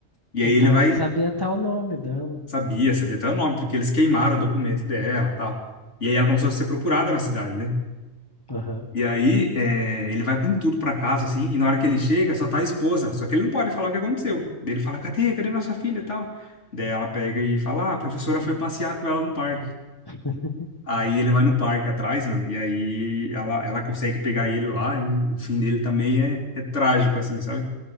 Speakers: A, on the left; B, on the left.
A: E aí
B: Então
A: ele vai,
B: ele sabia até o nome dela.
A: sabia, sabia até o nome, porque eles queimaram o documento dela, tal. E aí ela começou a ser procurada na cidade, né?
B: Aham.
A: E aí é, ele vai com tudo pra casa, assim, e na hora que ele chega, só tá a esposa. Só que ele não pode falar o que aconteceu. Daí ele fala, cadê? Cadê nossa filha, tal? Daí ela pega e fala, ah, a professora foi passear com ela no parque.
B: <laughs>
A: Aí ele vai no parque atrás, mano, e aí ela, ela consegue pegar ele lá, e o fim dele também é, é trágico, assim, sabe?